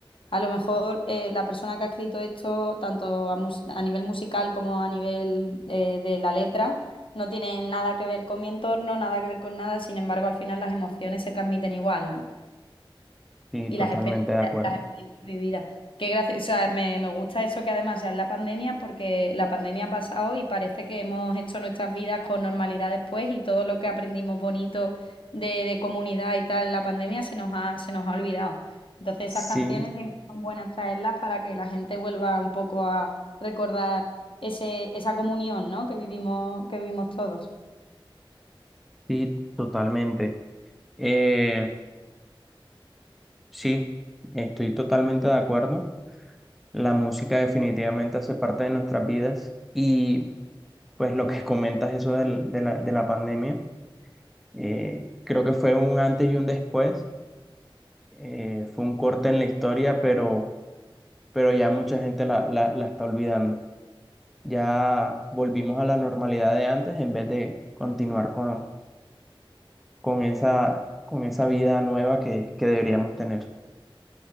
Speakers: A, on the left; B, in the centre.
A: a lo mejor eh, la persona que ha escrito esto, tanto a, mus- a nivel musical como a nivel eh, de la letra, no tiene nada que ver con mi entorno, nada que ver con nada, sin embargo, al final las emociones se transmiten igual, ¿no?
B: Sí,
A: y
B: totalmente
A: las experiencias,
B: de acuerdo.
A: las experiencias vividas. Qué gracia- o sea, me, me gusta eso que además sea en la pandemia, porque la pandemia ha pasado y parece que hemos hecho nuestras vidas con normalidad después y todo lo que aprendimos bonito de, de comunidad y tal en la pandemia se nos ha, se nos ha olvidado. Entonces esas
B: Sí,
A: canciones siempre son buenas traerlas para que la gente vuelva un poco a recordar ese, esa comunión, ¿no? que vivimos, que vivimos todos.
B: sí, totalmente. Eh, sí, estoy totalmente de acuerdo. La música definitivamente hace parte de nuestras vidas y pues lo que comentas eso del- de la, de la pandemia, eh, creo que fue un antes y un después. Eh, fue un corte en la historia, pero pero ya mucha gente la, la, la está olvidando. Ya volvimos a la normalidad de antes en vez de continuar con, con esa, con esa vida nueva que, que deberíamos tener.